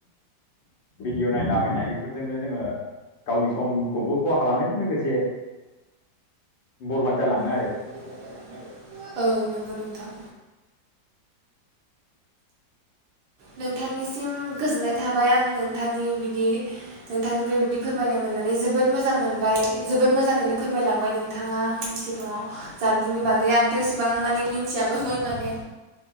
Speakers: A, on the left; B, on the right.
A: भिदिअ नायलाबाय नाय बेफोरजोंनो जोङो गावनि समखौबो खहा खालामनायजों लोगोसे बरबाद जालाङो आरो
B: <unintelligible>
A: बेबायदिनो
B: औ नंगौ नोंथां नोंथांनिसिम गोजोननाय थाबाय आं नोंथांनि बिदि नोंथांनिफ्राय बिदि फोरमायनाय मोननानै जोबोद मोजां मोनबाय जोबोद मोजाङैनो फोरमायलांबाय नोंथाङा आंनि सिगाङाव जानबुंनि बागै आंथ इसिबां माने मिथियाबोमोन माने।